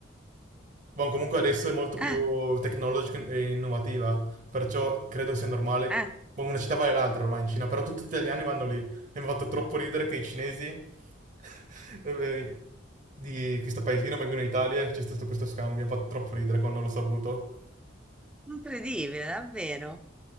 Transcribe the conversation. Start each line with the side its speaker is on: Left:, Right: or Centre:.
Right: Boh, comunque adesso è molto più
Centre: Ah,
Right: tecnologica e innovativa, perciò credo sia normale.
Centre: ah,
Right: Boh, una città vale l'altra ormai in Cina, però tutti gli italiani vanno lì. E mi ha fatto troppo ridere che i cinesi <laughs> eh, di questo paesino vengono in Italia e c'è stato questo scambio. Mi ha fatto troppo ridere quando l'ho saputo.
Centre: incredibile, davvero.